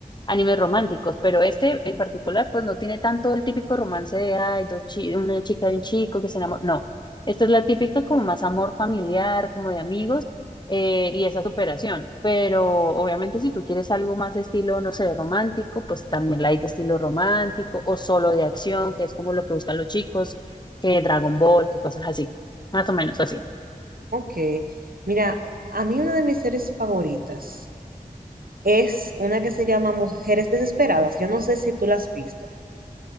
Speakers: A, on the left (about 30°); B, on the right (about 75°).
A: animes románticos, pero este en particular, pues no tiene tanto el típico romance de, ay, dos chi- una chica y un chico que se enamora. No, esta es la típica como más amor familiar, como de amigos eh, y esa superación. Pero obviamente si tú quieres algo más estilo, no sé, romántico, pues también la hay de estilo romántico o solo de acción, que es como lo que buscan los chicos, que Dragon Ball, que cosas así, más o menos así.
B: Ok, mira, a mí una de mis series favoritas. es una que se llama Mujeres Desesperadas. Yo no sé si tú la has visto.